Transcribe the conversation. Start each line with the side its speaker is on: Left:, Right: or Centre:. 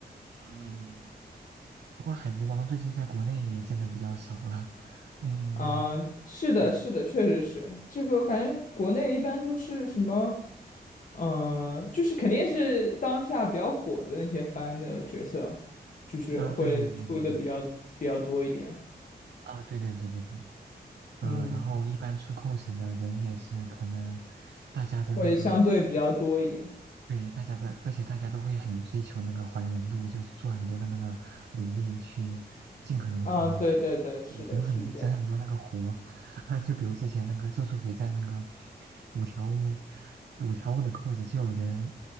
Right: 嗯，不过海贼王最近在国内也见的比较少了。嗯
Left: 啊，是的，
Right: 嗯，
Left: 是的，确实是这个。我感觉国内一般都是什么，嗯，就是肯定是当下比较火的那些番的角色，就是会出的比较比较多一点，
Right: 啊，对对对对对，啊，对对对对对。呃，
Left: 嗯，
Right: 然后一般出 cos 的人也是可能大家的那个
Left: 会相对比较多一点。
Right: 对大家的，而且大家都会很追求那个还原度，就是做很多的那个努力去尽可能还原，
Left: 嗯，对对对，是的，
Right: 你整很整很多那个活啊，
Left: 是这样
Right: 就比如之前那个《咒术回战》那个五条悟五条悟的 cos 就有人。